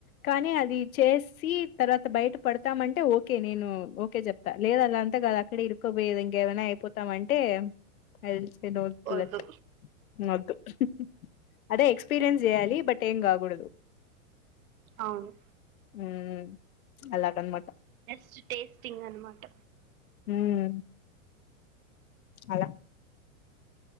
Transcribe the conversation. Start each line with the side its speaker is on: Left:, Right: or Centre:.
Left: కానీ అది చేసి తర్వాత బయట పడత తం అంటే ఓకే నేను ఓకే చెప్తా, లేదు అదంత గాదు అక్కడే ఇరుక్కబోయేది ఇంకేదైనా అయిపోతామంటే, <unintelligible>
Right: వద్దు
Left: అదే ఎక్స్పీరియన్స్ చేయాలి బట్ ఏం కాకూడదు
Right: అవును
Left: ఉమ్ అలా కమ్మ
Right: బెస్ట్ టేస్టింగ్ అన్నమాట
Left: ఉమ్ అలా